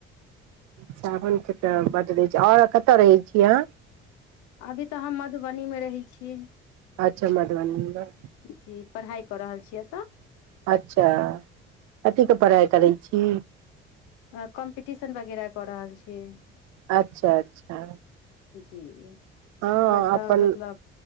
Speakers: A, on the right; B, on the left.
A: सावनके तऽ बड रहै छै आओर कतय रहै छी अहाँ
B: अभी तऽ हम मधुबनी मे रहै छी
A: अच्छा मधुबनी मे
B: जी पढ़ाइ कऽ रहल छियै एतऽ
A: अच्छा कथी के पढ़ाइ करै छी
B: अ कम्पिटिशन वगैरह कऽ रहल छी
A: अच्छा अच्छा
B: जी
A: हँ
B: हमर तऽ
A: अपन
B: मतलब